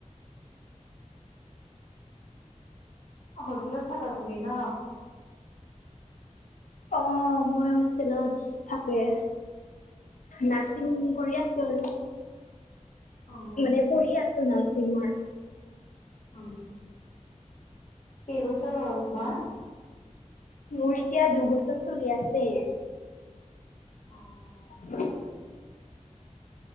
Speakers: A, on the left; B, on the left.
A: হোষ্টেলত থাকা তুমি ন?
B: অ' মই হোষ্টেলত থাকোৱে। নাৰ্ছিং কৰি আছোঁ আৰু।
A: অ'
B: মানে পঢ়ি আছোঁ নাৰ্চিঙৰ।
A: অ' কেইবছৰ হ'ল তোমাৰ?
B: মোৰ এতিয়া দুবছৰ চলি আছে।
A: অ'
B: <inaudible>